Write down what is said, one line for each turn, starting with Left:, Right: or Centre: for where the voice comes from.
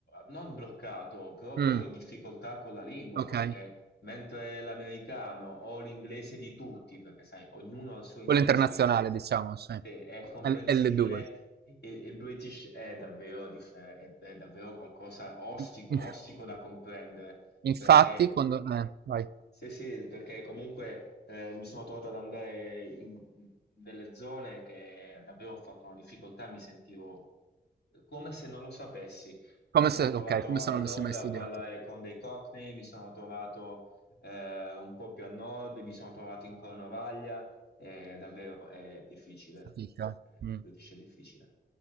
Left: non bloccato, proprio
Right: Mm,
Left: in difficoltà con la lingua,
Right: ok.
Left: perché mentre l'americano o l'inglese di tutti, perché sai, ognuno ha il suo inglese,
Right: Quello internazionale, diciamo, sì.
Left: se
Right: L-
Left: è comprensibile,
Right: L2.
Left: il, il British è davvero, differ- è è davvero qualcosa ostico,
Right: <laughs>
Left: ostico da comprendere
Right: Infatti,
Left: perché
Right: quando... eh, vai.
Left: Sì, sì, perché comunque eh, mi sono trovato ad andare in delle zone che davvero ho fatto una difficoltà, mi sentivo come se non lo sapessi. Mi
Right: Come
Left: sono
Right: se
Left: trovato
Right: okay, come
Left: a
Right: se non
Left: Londra
Right: avessi mai studiato.
Left: a parlare con dei Cockney, mi sono trovato eh, un po' più a nord, mi sono trovato in Cornovaglia, eh, davvero è difficile,
Right: Fatica.
Left: Eh,
Right: Mh.
Left: il British è difficile.